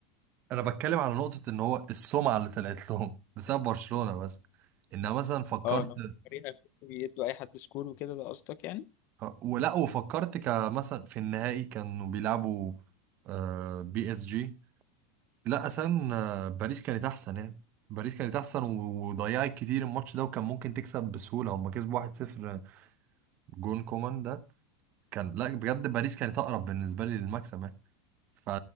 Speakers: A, on the right; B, on the left.
A: انا بتكلم على نقطة ان هو السمعة اللي طلعت لهم <laughs> بسبب برشلونة بس انها مثلا فكرت
B: اه إن هم فريق يدوا اي حد سكور وكده ده قصدك يعني
A: آه، ولا وفكرت كمثلا في النهائي كانوا بيلعبوا آه، بي اس جي لا اصلا آه، باريس كانت احسن يعني باريس كانت احسن و- وضيعت كتير الماتش ده وكان ممكن تكسب بسهولة هم كسبوا 1-0 جون كومان ده كان لا بجد باريس كانت اقرب بالنسبة لي للمكسب يعني ف